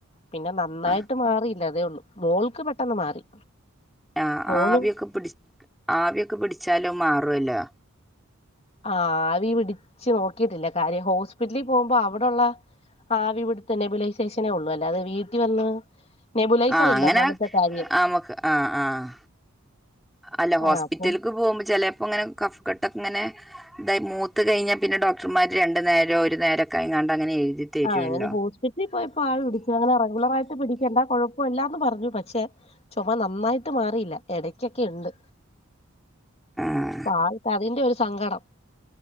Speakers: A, on the left; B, in the centre.
A: പിന്നെ നന്നായിട്ട്
B: ആഹ്
A: മാറിയില്ല അതേ ഉള്ളു മോൾക്ക് പെട്ടെന്ന് മാറി.
B: ആഹ്
A: മോന്
B: ആഹ് അവിയൊക്കെ പിടി ആവിയൊക്കെ പിടിച്ചാലോ മാറുവല്ലോ.
A: ആഹ് ആവി പിടിച്ചു നോക്കിയിട്ടില്ല കാര്യം ഹോസ്പിറ്റലിൽ പോകുമ്പോ അവിടുള്ള. ആവി പിടുത്ത നെബുലൈ സ്റ്റേഷനേ ഉള്ളൂ അല്ലാതത് വീട്ടിൽ വന്ന്. നെബുലൈസർ
B: ആഹ് അങ്ങനെ
A: ഇല്ല ഒന്നാമത്തെ കാര്യം
B: ആമുക്ക് ആഹ് ആഹ്. അല്ല ഹോസ്പിറ്റലക്ക്
A: ആ അപ്പൊ
B: പോകുമ്പോ ചിലപ്പോ അങ്ങനെ കഫ കെട്ടൊക്ക ഇങ്ങനെ ഇതായി മൂത്ത് കഴിഞ്ഞ. പിന്നെ ഡോക്ടർമാര് രണ്ടു നേരോ ഒരു നേരം ക്കെ എങ്ങാണ്ട് അങ്ങനെ എഴുതി. തരുവല്ലോ
A: ആഹ് അങ്ങനെ ഹോ്പിറ്റലിൽ പോയപ്പോ ആവി പിടിച്ചു അങ്ങനെ റെഗുലർായിട്ട് പിടിക്കേണ്ട കുഴപ്പമില്ലാന്ന് പറഞ്ഞു പക്ഷെ. ചുമ നന്നായിട്ട് മാറിയില്ല ഇടക്കൊക്കെ ഉണ്ട്.
B: ആഹ്
A: അൾക്ക് അതിന്റെ ഒരു സങ്കടം.